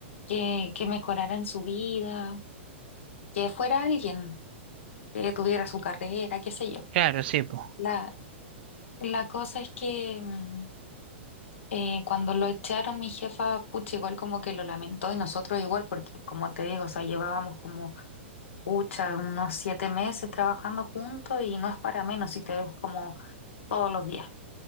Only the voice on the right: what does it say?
claro, sí, pues.